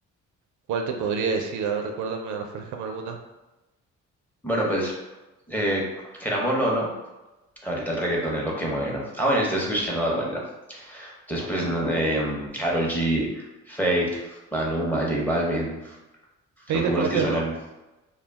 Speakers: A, on the right; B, in the centre.
A: cuál te podría decir. A ver, recuérdame, refrescame alguna.
B: Bueno, pues, eh, querámoslo o no, ahorita el reggaetón es lo que mueve, ¿no? Ah, bueno, estás escuchando Bad Bunny, ¿no? Entonces, pues, no, eh, Karol G, Fate, Maluma, J Balvin,
A: ¿Pedir
B: son como
A: es colombiano?
B: las que suenan.